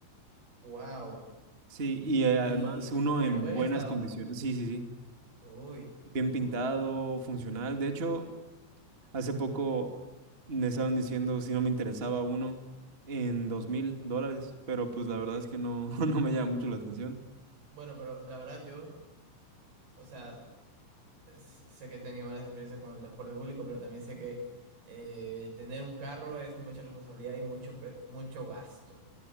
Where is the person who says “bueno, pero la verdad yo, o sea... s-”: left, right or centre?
Right